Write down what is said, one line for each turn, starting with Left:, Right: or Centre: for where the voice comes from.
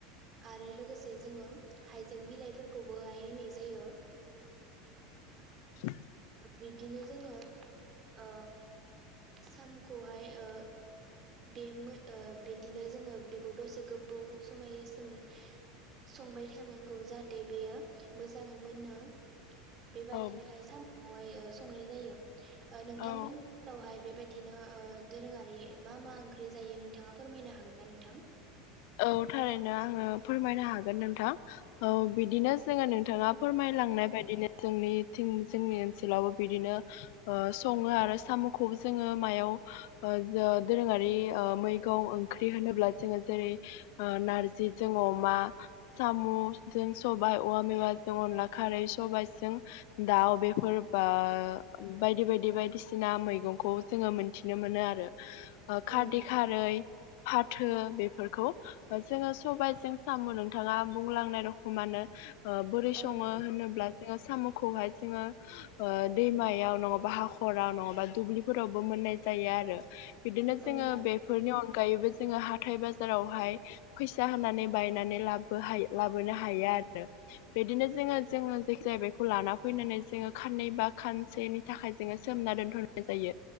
Right: आरो लोगोसे जोंङो हाइजें बिलाइफोरखौबोहाय होनाय जायो।
Left: <inaudible>
Right: बिदिनो जोंङो सामखौहाय ओ बे बिदिनो जोंङो बेखौ दसे गोबाव समायसोम संबाय थानांगौ जाहाथे बेयो मोजाङै मोनो बेबादिनोहाय
Left: औ
Right: साम'खौहाय संनाय जायो। ओ नोंथांमोननि
Left: औ
Right: ओलावहाय बेबायदिनो दोरोङारि मा मा ओंख्रि जायो नोंथाङा फोरमायनो हागोन ना नोंथां?
Left: औ थारैनो आंङो फोरमायनो हागोन नोंथां औ बिदिनो जोंङो नोंथाङा फोरमायलांनाय बायदिनो जोंनि जोंनि ओनसोलावबो बिदिनो संङो आरो साम'खौबो जोंङो मायाव ओ दोरोङारि मैगं ओंख्रि होनोब्ला जोंङो जेरै नार्जि जों अमा साम'जों सबायाइ औवा मेवाजों अनला खारै सबायाइजों दाउ बे फोरबा बायदि बायदि बायदिसिना मैगंखौ जोंङो मोनथिनो मोनो आरो
Right: औ
Left: खार्द
Right: नोंथां
Left: खारै फाथो बे फोरखौ जोंङो सबबायजों सामु नोंथाङा बुंलांनाय रखमानो बोरै
Right: औ
Left: संङो होनोब्ला जोंङो साम'खौहाय जोंङो ओ दैमायाव नङाबा हाखराव नङाबा दुब्लि रावबो मोननाय जायो आरो बिदिनो
Right: औ
Left: जोंङो
Right: नोंथां
Left: बेफोरनि अनगायैबो जोंङो हााइ बा फोरावहाय फैसा होनानै बायनानै ला लाबोनो हायो आरो आरो बिदिनो जोङो जोङो जायखि <unintelligible> खौ लाना फैनानै जोंङो खाननै बा खानसेनि थाखाय जोंङो सोमना दोनथ'नाय जायो।